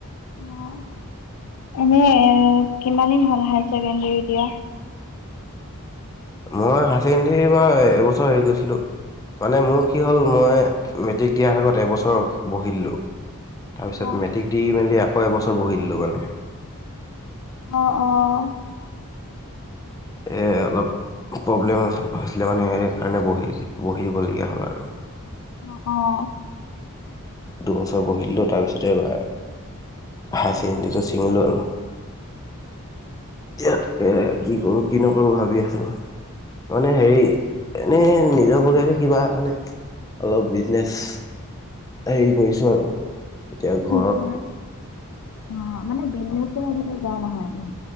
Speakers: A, on the left; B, on the left.
A: অ', এনেই কিমান দিন হ'ল হায় ছেকেণ্ডাৰী দিয়া?
B: মই হায় ছেকেণ্ডৰী এইবাৰ এবছৰ হেৰি কৰিছিলোঁ, মানে মোৰ কি হ'ল মই মেট্ৰিক দিয়াৰ আগত এবছৰ বহি দিলোঁ, তাৰপিছত
A: অ
B: মেট্ৰিক দি মেলি আকৌ এবছৰ বহি দিলো মানে।
A: অহ, অ'।
B: এই অলপ প্ৰব্লেম হৈছিলে মানে, সেইকাৰণে বহি, বহিব লগীয়া হ'ল আৰু।
A: অহ।
B: দুবছৰ বহি দিলোঁ, তাৰপিছতেই এইবাৰ হায়াৰ ছেকেণ্ডৰীটো ছিঙিলো আৰু। এতিয়া তাকেহ কি কৰো? কি নকৰো? ভাবি আছোঁ। মানে হেৰি, এনেই নিজৰ বগীয়াকে কিবা মানে অলপ বিজনেচ হেৰি কৰিছো আৰু, এতিয়া ঘৰত
A: তোমাৰ অ', মানে বিনুতে আজিকালি বোৱা নহয়, উম।